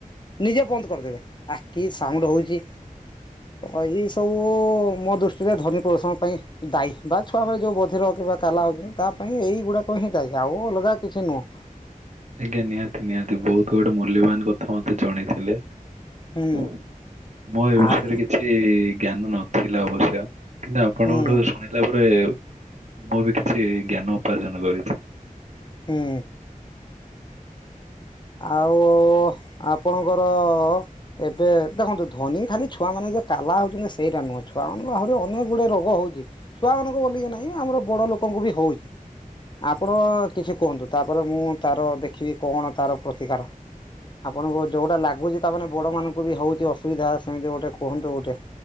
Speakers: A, on the left; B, on the right.
A: ନିଜେ ବନ୍ଦ କରିଦେବେ ଆକି ସାଉଣ୍ଡ ହୋଉଛି। ତ ଏଇ ସବୁ ମୋ ଦୃଷ୍ଟିରେ ଧ୍ଵନି ପ୍ରଦୂଷଣ ପାଇଁ ଦାୟୀ ବା ଛୁଆ ବେଳେ ଯୋଉ ବଧିର କିମ୍ବା କାଲା ହୋଉଛନ୍ତି ତାପ ପାଇଁ ଏଇ ଗୁଡ଼ାକ ହିଁ ଥାଏ ଆଉ ଅଲଗା କିଛି ନୁହଁ।
B: ଆଜ୍ଞା ନିହାତି ନିହାତି ବହୁତ ଗୋଟେ ମୂଲ୍ୟବାନ କଥା ମତେ ଜଣେଇଥିଲେ।
A: ହୁଁ
B: ମୁଁ ଏ ବିଷୟରେ
A: ଆଉ
B: କିଛି ଜ୍ଞାନ ନଥିଲା ଅବଶ୍ୟ କିନ୍ତୁ ଆପଣଙ୍କ
A: ହୁଁ
B: ଠୁ ଶୁଣିଲା ପରେ ମୁଁ ବି କିଛି ଜ୍ଞାନ ଉପାର୍ଜନ କରିଛି।
A: ହୁଁ। ଆଉ ଆପଣଙ୍କର ଏବେ ଦେଖନ୍ତୁ ଧ୍ଵନି ଖାଲି ଛୁଆ ମାନେ ଯେ କାଲା ହୋଉଛନ୍ତି ସେଇଟା ନୁହଁ ଛୁଆ ମାନଙ୍କୁ ଆହୁରି ଅନେକ ଗୁଡେ ରୋଗ ହୋଉଛି ଛୁଆ ମାନଙ୍କୁ ବୋଲି ନାହିଁ ଆମର ବଡ଼ ଲୋ ଲୋକଙ୍କୁ ବି ହୋଉଛି ଆପଣ କିଛି କୁହନ୍ତୁ ତାପରେ ମୁଁ ତାର ଦେଖିବି କଣ ତାର ପ୍ରତିକାର ଆପଣଙ୍କୁ ଯୋଉଟା ଲାଗୁଛି ତାମାନେ ବଡ ମାନଙ୍କୁ ବି ହଉଛି ଅସୁବିଧା ସେମିତି ଗୋଟେ କୁହନ୍ତୁ ଗୋଟେ।